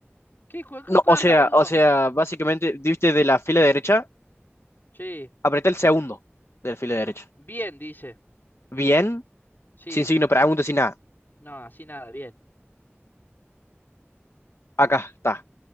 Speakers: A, on the left; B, on the left.
A: ¿Qué juego
B: No,
A: carta,
B: o sea,
A: boludo?
B: o sea, básicamente, diste de la fila derecha,
A: Sí,
B: apreté el segundo de la fila derecha.
A: bien, dice.
B: Bien,
A: Sí,
B: sin signo de pregunta, sin nada.
A: no, así nada, bien.
B: Acá está.